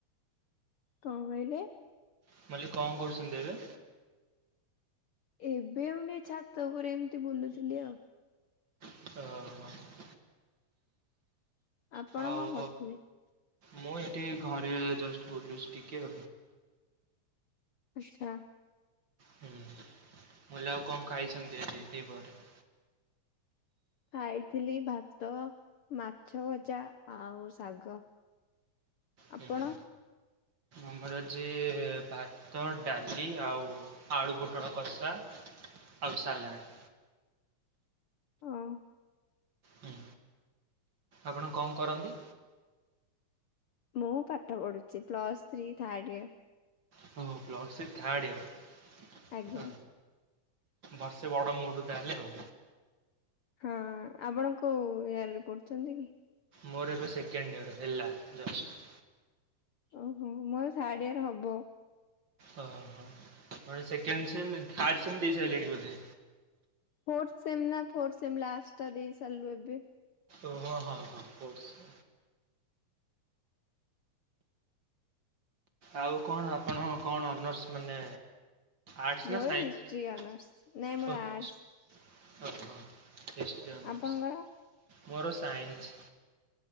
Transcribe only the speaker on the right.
ମୁଁ କହିଲି କଣ କରୁଛନ୍ତି ଏବେ?
ଓହଁ।
ଆଉ
ମୁଁ ଏଠି ଘରେ ଜଷ୍ଟ ବୁୁଲୁଚି ଟିକେ।
ହୁଁ ହେଲେ ଆଉ କଣ ଖାଇଛନ୍ତି ଆଜି ଦି ପହରେ?
ହୁଁ
ଆମର ଆଜି ଭାତ ଡାଲି ଆଉ ଆଳୁ ପୋଟଳ କସା ଆଉ ସାଲାଡ୍।
ହୁଁ ଆପଣ କଣ କରନ୍ତି?
ହଁ ପ୍ଲସ୍ ଥ୍ରି ଥାର୍ଡ ଇୟର।
ବର୍ଷେ ବଡ଼ ମୋଠୁ ତା ହେଲେ ଆଉ।
ମୋର ଏବେ ସେକେଣ୍ଡ ୟେର୍ ହେଲା ଜଷ୍ଟ।
ଓହୋ ସେକଣ୍ଡ ସେମ୍ ଥିର୍ଡ ସେମ୍ ଦେଇ ସାରିଲେଣି ବୋଧେ।
ଓ ହଁ ହଁ ହଁ ଫସ <inaudible> ଆଉ କଣ ଆପଣ କଣ ଅନର୍ସ ମାନେ ଆର୍ଟ୍ସ
ନା ସାଇନ୍ସ
ଓହୋ
ହିଷ୍ଟରୀ ଅନର୍ସ
ମୋର ସାଇନ୍ସ।